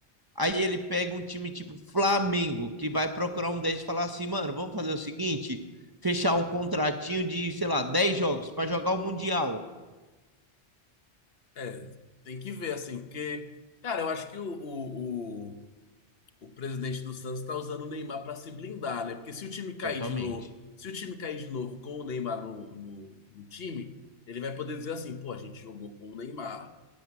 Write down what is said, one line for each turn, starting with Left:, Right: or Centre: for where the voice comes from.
Right: aí ele pega um time tipo Flamengo, que vai procurar um deles e falar assim, mano, vamos fazer o seguinte, fechar um contratinho de, sei lá, 10 jogos para jogar o Mundial.
Left: É, tem que ver, assim, porque, cara, eu acho que o, o, o, o presidente do Santos tá usando o Neymar pra se blindar, né? Porque se o time cair
Right: Totalmente.
Left: de novo, se o time cair de novo com o Neymar no, no, no time, ele vai poder dizer assim, pô, a gente jogou com o Neymar.